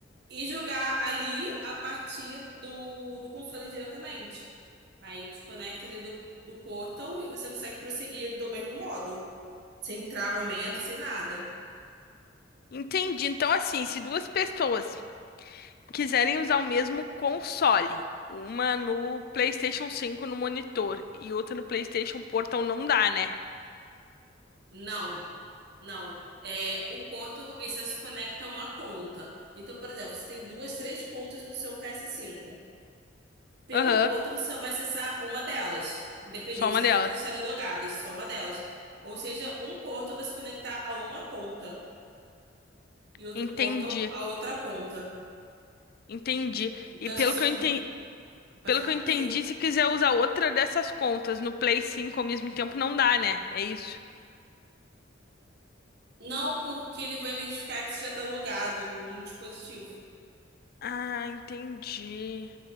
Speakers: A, on the right; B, on the left.
A: e jogar ali a partir do, do console diretamente. Aí desconecta ali do, do portal e você consegue prosseguir do mesmo modo, sem travamento, sem nada.
B: Entendi. Então, assim, se duas pessoas quiserem usar o mesmo console, uma no PlayStation 5 no monitor e outra no PlayStation Portal, não dá, né?
A: Não, não. É, o portal, ele só se conecta a uma conta. Então, por exemplo, você tem duas, três contas no seu ps cinco Pelo
B: Aham,
A: portal, você só vai acessar uma delas, independente
B: só uma
A: das
B: delas.
A: outras estarem logadas, só uma delas. Ou seja, um portal vai se conectar a uma conta e outro
B: Entendi,
A: portal a outra conta.
B: entendi.
A: Então,
B: E pelo
A: vocês são.
B: que eu entendi,
A: do Pode
B: Pelo
A: falar?
B: que eu entendi,
A: <laughs>
B: se quiser usar outra dessas contas no Play 5 ao mesmo tempo, não dá, né? É isso.
A: Não, porque ele vai identificar que você já tá logado num dispositivo.
B: Ah, entendi.